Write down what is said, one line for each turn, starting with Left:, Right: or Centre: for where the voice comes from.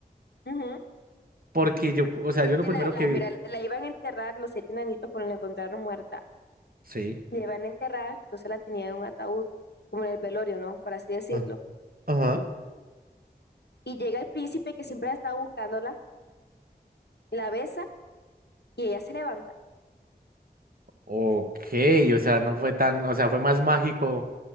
Left: ujú.
Right: Porque yo, o sea,
Left: Es
Right: yo lo
Left: que
Right: primero
Left: la,
Right: que
Left: la,
Right: vi.
Left: mira, la iban a enterrar los siete enanitos cuando la encontraron muerta.
Right: Sí.
Left: La iban a enterrar, entonces la tenían en un ataúd, como en el velorio, ¿no? Por así decirlo.
Right: ah, Ajá.
Left: Y llega el príncipe que siempre la estaba buscándola, la besa y ella se levanta.
Right: Ok, o sea, no fue tan, o sea, fue más mágico